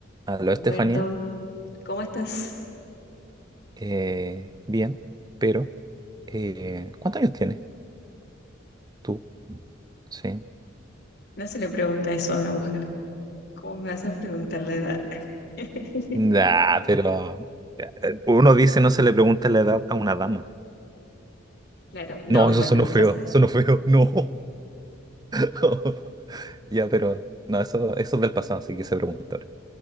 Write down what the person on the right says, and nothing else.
Aló, Estefanía.
Eh, bien, pero eh, ¿cuántos años tienes tú? Sí.
Nah, pero eh, uno dice no se le pregunta la edad a una dama.
No, eso
sonó feo,
sonó feo, no. <laughs> Ya, pero no, eso, eso es del pasado, así que se pregunta